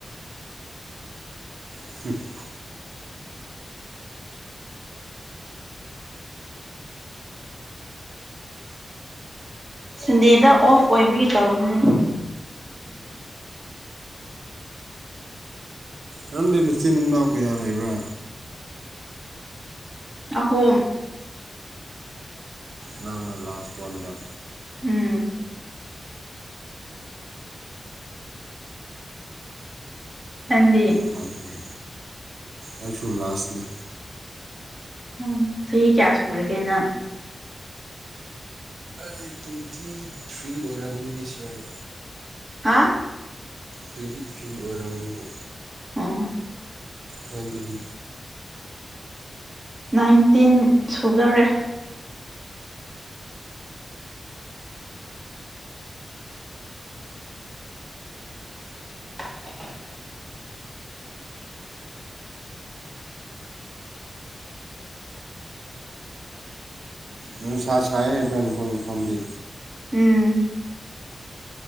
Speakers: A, on the right; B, on the right.
A: <unintelligible>
B: ꯁꯟꯗꯦꯗ ꯑꯣꯐ ꯑꯣꯏꯕꯒꯤ ꯇꯧꯕꯅꯤ
A: ꯅꯪꯗꯤ ꯅꯆꯤꯟ ꯏꯅꯥꯎ ꯀꯌꯥ ꯂꯩꯕ꯭ꯔꯥ
B: ꯑꯍꯨꯝ
A: ꯅꯪꯅ ꯂꯥꯁ ꯋꯥꯟꯗ
B: ꯎꯝ ꯅꯪꯗꯤ
A: ꯐꯔꯦꯅꯦ ꯑꯩꯁꯨ ꯂꯥꯁꯅꯦ
B: ꯎꯝ ꯆꯍꯤ ꯀꯌꯥ ꯁꯨꯔꯒꯦ ꯅꯪ
A: ꯑꯩ ꯇ꯭ꯋꯦꯟꯇꯤ ꯊ꯭ꯔꯤ ꯑꯣꯏꯔꯝꯕꯅꯤ ꯗꯤꯁ ꯏꯌꯥꯔꯗ
B: ꯍꯥ
A: ꯇ꯭ꯋꯦꯟꯇꯤ ꯊ꯭ꯔꯤ ꯑꯣꯏꯔꯝꯒꯅꯤꯕ
B: ꯑꯣ
A: ꯅꯪꯗꯤ
B: ꯅꯥꯏꯟꯇꯤꯟ ꯁꯨꯗꯧꯔꯦ <inaudible>
A: ꯅꯨꯡꯁꯥ ꯁꯥꯏ ꯍꯥꯏꯕ꯭ꯔꯥ ꯅꯈꯣꯏꯕ ꯃꯐꯝꯗꯤ
B: ꯎꯝ